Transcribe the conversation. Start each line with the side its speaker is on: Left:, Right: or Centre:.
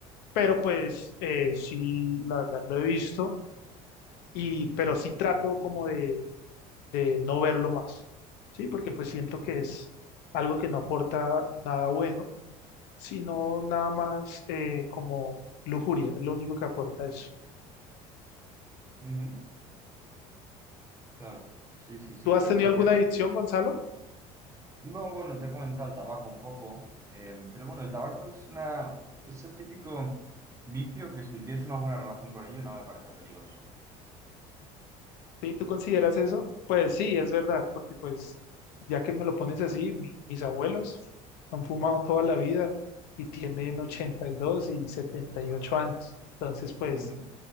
Left: pero pues eh, sí, la verdad lo he visto y pero sí trato como de de no verlo más, ¿sí? Porque pues siento que es algo que no aporta nada bueno, sino nada más eh, como lujuria, es lo único que aporta eso.
Right: Ujú. Claro, sí, sí, sí,
Left: ¿Tú has
Right: yo
Left: tenido
Right: creo
Left: alguna
Right: que... ta-
Left: adicción, Gonzalo?
Right: No, bueno, te he comentado el tabaco un poco, em, pero bueno, el tabaco es una... es el típico vicio que si tienes una buena relación con ello no me parece peligroso.
Left: ¿Sí? ¿Tú consideras eso? Pues sí, es verdad, porque pues ya que me lo pones así, mi- mis abuelos han fumado toda la vida y tienen ochenta y dos y y setenta
Right: Claro.
Left: y ocho años, entonces pues...
Right: Ujú.